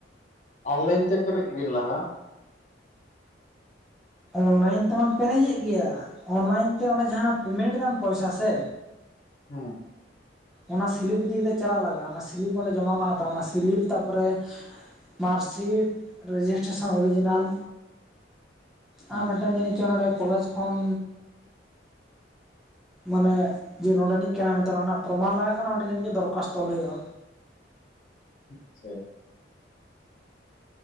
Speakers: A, on the left; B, in the centre.
A: ᱚᱱᱞᱟᱭᱤᱱ ᱛᱮ ᱯᱮᱨᱮᱡ ᱵᱤᱱ ᱞᱟᱦᱟ᱾
B: ᱚᱱᱞᱟᱭᱤᱱ ᱛᱮᱢᱟ ᱯᱮᱨᱮᱡᱮᱫ ᱜᱮᱭᱟ ᱚᱱᱞᱟᱭᱤᱱ ᱛᱮ ᱚᱱᱟ ᱡᱟᱦᱟᱸ ᱯᱮᱢᱮᱱᱴ ᱫᱟᱢ ᱯᱚᱭᱥᱟ ᱥᱮ
A: ᱦᱮᱸ᱾
B: ᱚᱱᱟ ᱥᱤᱞᱤᱯ ᱤᱫᱤ ᱠᱟᱛᱮᱫ ᱪᱟᱞᱟᱜ ᱞᱟᱜᱟᱜᱼᱟ ᱚᱱᱟ ᱥᱤᱞᱤᱯ ᱚᱸᱰᱮ ᱡᱚᱢᱟ ᱠᱚ ᱦᱟᱛᱟᱣᱟ ᱚᱱᱟ ᱥᱤᱞᱤᱯ ᱛᱟᱨᱯᱚᱨᱮ ᱢᱟᱨᱠᱥᱤᱴ ᱨᱮᱡᱤᱥᱴᱮᱥᱚᱱ ᱚᱨᱤᱡᱤᱱᱟᱞ᱾
A: ᱦᱮᱸ
B: ᱟᱨ ᱢᱤᱫ ᱴᱟᱝ ᱡᱟᱱᱤᱡ ᱪᱚ ᱱᱚᱰᱮ ᱠᱚᱞᱮᱡᱽ ᱯᱷᱳᱱ ᱢᱟᱱᱮ ᱡᱮ ᱱᱚᱰᱮᱱᱤᱡ ᱠᱟᱱᱟ ᱢᱮᱱᱛᱮ ᱚᱱᱟ ᱨᱮᱱᱟᱜ ᱯᱨᱚᱢᱟᱱ ᱞᱟᱜᱟ ᱠᱟᱱᱟ ᱚᱱᱰᱮ ᱡᱟᱱᱤᱡ ᱪᱚ ᱫᱚᱨᱠᱚᱥᱛᱚ ᱚᱞ ᱦᱩᱭᱩᱜᱼᱟ᱾
A: ᱟᱪᱪᱷᱟ᱾